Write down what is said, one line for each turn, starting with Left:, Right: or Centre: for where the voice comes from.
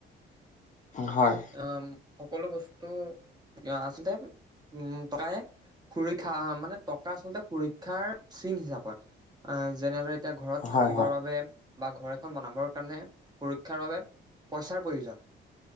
Left: হয়।
Right: আম সকলো বস্তু কিয় আচলতে উম টকাই সুৰক্ষা মানে টকা আচলতে সুৰক্ষাৰ চিন হিচাপত। আহ যেনেদৰে এতিয়া ঘৰত
Left: হয়
Right: থাকিবৰ
Left: হয়
Right: বাবে বা ঘৰ এখন বনাবৰ কাৰণে সুৰক্ষাৰ বাবে পইচাৰ প্ৰয়োজন।